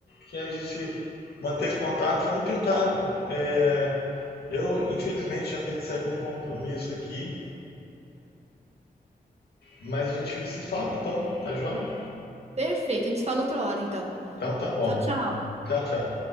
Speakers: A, on the left; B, on the right.
A: que a gente manteve contato. Vamos tentar. é, eu infelizmente já tenho que sair para um compromisso aqui, mas a gente se fala então, tá joia?
B: Perfeito, a gente se fala outra hora, então.
A: Então tá bom.
B: Tchau, tchau.
A: Tchau, tchau.